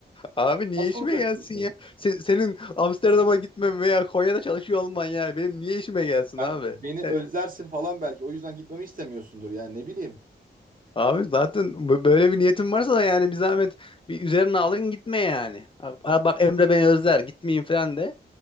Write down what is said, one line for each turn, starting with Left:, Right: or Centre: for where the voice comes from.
Left: Abi niye
Right: Nasıl
Left: işime
Right: olacak
Left: gelsin
Right: bu işte?
Left: ya? Se- senin Amsterdam'a gitmem veya Konya'da çalışıyor olman yani benim niye işime gelsin
Right: Ben
Left: abi?
Right: beni
Left: Yani,
Right: özlersin falan belki. O yüzden gitmemi istemiyorsundur yani ne bileyim.
Left: abi zaten bu- böyle bir niyetin varsa da yani bir zahmet bir üzerine alın gitme yani. Ha- ha Bak Emre beni özler gitmeyin falan de.